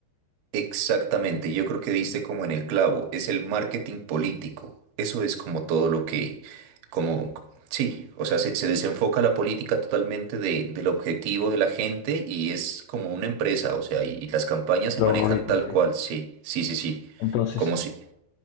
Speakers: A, on the right; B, on the left.
A: Exactamente, yo creo que diste como en el clavo, es el marketing político. Eso es como todo lo que, como, sí, o sea, se, se desenfoca la política totalmente de- del objetivo de la gente y es como una empresa, o sea, y, y las campañas se
B: Lógico,
A: manejan tal
B: lógico.
A: cual, sí, sí, sí, sí,
B: Entonces,
A: como si...